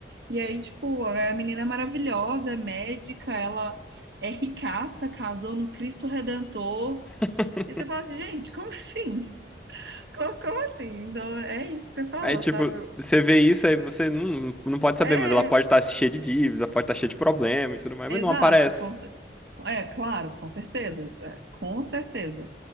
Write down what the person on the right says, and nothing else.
E aí, tipo, é a menina é maravilhosa, é médica, ela é ricaça, casou no Cristo Redentor.
E você fala assim, gente, como assim? <laughs> Como, como assim? Então, é isso que você falou,
sabe?
É,
exato,
com, cer- é, claro, com certeza, é, com certeza.